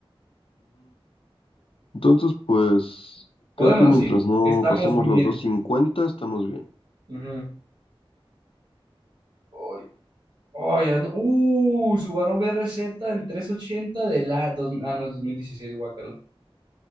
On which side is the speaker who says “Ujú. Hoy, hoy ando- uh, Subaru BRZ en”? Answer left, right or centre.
Right